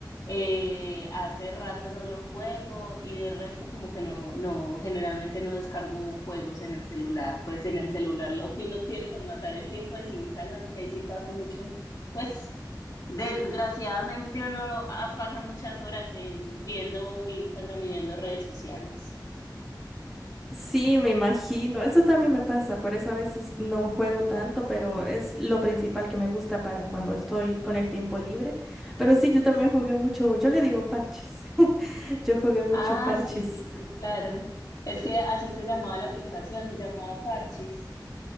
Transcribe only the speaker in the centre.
Sí, me imagino. Eso también me pasa, por eso a veces no juego tanto, pero es lo principal que me gusta para cuando estoy con el tiempo libre. Pero sí, yo también jugué mucho, yo le digo parches, <laughs> yo jugué mucho
parches.